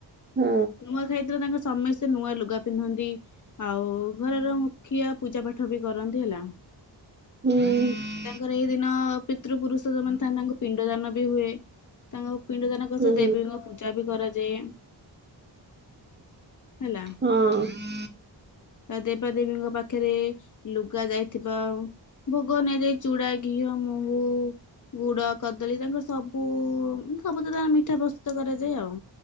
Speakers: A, on the right; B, on the left.
A: ହୁଁ।
B: ନୂଆଁଖାଇ ର ତାଙ୍କ ସମସ୍ତେ ନୂଆ ଲୁଗା ପିନ୍ଧନ୍ତି ଆଉ ଘରର ମୁଖିଆ ପୂଜା ପାଠ ବି କରନ୍ତି ହେଲା।
A: ହୁଁ <inaudible>
B: ତାଙ୍କର ଏଇ ଦିନ ପିତୃ ପୁରୁଷ ଯୋଉ ମାନେ ଥାନ୍ତି ତାଙ୍କୁ ପିଣ୍ଡ ଦାନ ବି ହୁଏ। ତାଙ୍କ ପିଣ୍ଡ ଦାନଙ୍କ
A: ହୁଁ
B: ସହ ଦେବୀଙ୍କ ପୂଜା ପୂଜା ବି କରାଯାଏ ହେଲା।
A: ହଁ।
B: ଦେବା ଦେବୀଙ୍କ ପାଖରେ ଲୁଗା ଯାଇଥିବା ଭୋଗ <unintelligible> ଦେଇ ଚୁଡା, ଘିଅ, ମହୁ ଗୁଡ କଦଳୀ ତାଙ୍କର ସବୁ, ସବୁ ତ ତାଙ୍କର ମିଠା ପ୍ରସ୍ତୁତ କରାଯାଏ ଆଉ।